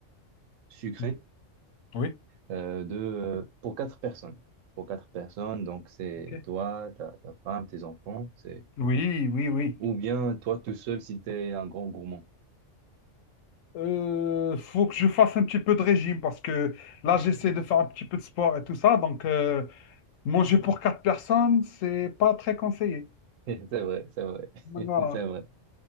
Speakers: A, on the right; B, on the left.
A: sucré
B: Mhm. Oui,
A: euh, de, pour quatre personnes. Pour quatre personnes, donc c'est
B: ok.
A: toi, ta, ta femme, tes enfants, c'est
B: Oui, oui, oui.
A: ou bien toi tout seul si t'es un grand gourmand.
B: Euh, faut que je fasse un petit peu de régime parce que là,
A: <laughs>
B: j'essaie de faire un petit peu de sport et tout ça. Donc, euh, manger pour quatre personnes, c'est pas très conseillé.
A: C'est vrai, c'est vrai,
B: Donc,
A: <laughs>
B: Voilà.
A: c'est vrai.